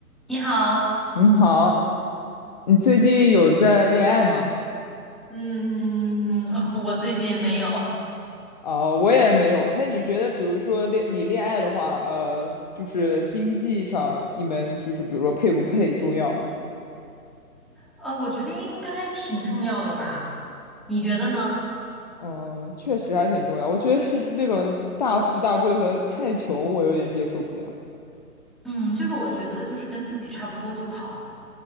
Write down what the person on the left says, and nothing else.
你好，你最近有在恋爱吗？
哦，我也没有。那你觉得，比如说恋你恋爱的话，呃，就是经济上，你们就是比如说配不配重要吗？
嗯，确实还挺重要。我觉得是那种大富大贵和太穷，我有点接受不了。